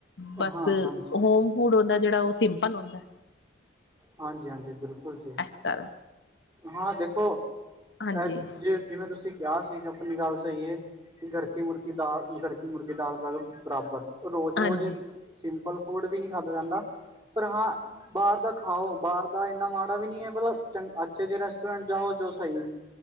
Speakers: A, on the left (about 65°); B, on the right (about 20°).
A: ਬਸ
B: ਹਾਂ ਹਾਂਜੀ
A: ਹੋਮ ਫੂਢ ਹੁੰਦਾ ਜਿਹੜਾ ਉਹ ਸਿੰਪਲ ਹੁੰਦਾ।
B: ਹਾਂਜੀ-ਹਾਂਜੀ, ਬਿਲਕੁਲ ਜੀ।
A: ਇਸ ਕਰਰ
B: ਹਾਂ, ਦੇਖੋ
A: ਹਾਂਜੀ
B: ਅ ਜੇ ਜਿਵੇਂ ਤੁਸੀਂ ਕਿਆ ਸੀਖ ਆਪਣੀ ਗੱਲ ਸਹੀ ਹੈ ਕਿ ਘਰ ਕੀ ਮੁਰਗੀ ਦਾਲ- ਘਰ ਕੀ ਮੁਰਗੀ ਦਾਲ ਬਰਾਬਰ। ਔ, ਰੋਜ਼-ਰੋਜ਼
A: ਹਾਂਜੀ
B: ਸਿੰਪਲ ਫੂਡ ਵੀ ਨਹੀਂ ਖਾਧਾ ਜਾਂਦਾ। ਪਰ ਹਾਂ ਬਾਹਰ ਦਾ ਖਾਓ ਬਾਹਰ ਦਾ ਇੰਨਾ ਮਾੜਾ ਵੀ ਨਹੀਂੀ ਹੈ ਮਤਲਬ ਚੰ ਚੰਗੇ ਰੈਸਟੋਰੈਂਟ ਜਾਓ ਜੋ ਸਈ